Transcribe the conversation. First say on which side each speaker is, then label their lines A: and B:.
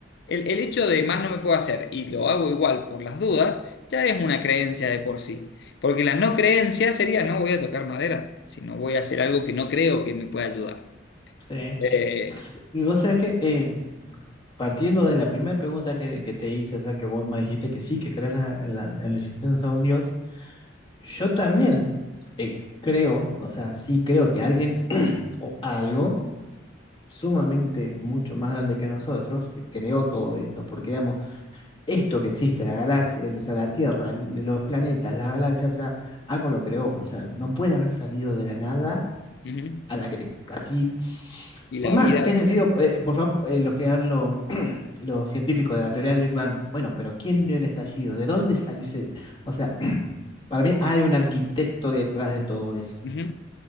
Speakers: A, on the left; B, on the left.
A: el, el hecho de más no me puedo hacer y lo hago igual por las dudas, ya es una creencia de por sí. Porque la no creencia sería no voy a tocar madera, sino voy a hacer algo que no creo que me pueda ayudar.
B: Sí.
A: Eh,
B: Y vos sabés que eh, partiendo de la primera pregunta que, que te hice, o sea, que vos me dijiste que sí, que crees la, en la- en la existencia de un Dios, yo también eh, creo, o sea, sí creo que alguien <clears throat> o algo sumamente mucho más grande que nosotros eh, creó todo esto, porque digamos, esto que existe, la galaxia, el- o sea, la Tierra, el- los planetas, las galaxias, o sea, algo lo creó, o sea, no puede haber salido de la nada
A: ujú.
B: a la que te- así,
A: Y la
B: por más
A: vida
B: que haya sido, eh, por favor, eh, los que hablan los científicos de la teoría del Big Bang, bueno, pero ¿quién dio el estallido? ¿De dónde salió ese? O sea, <clears throat> para mí hay un arquitecto detrás de todo eso.
A: ujú,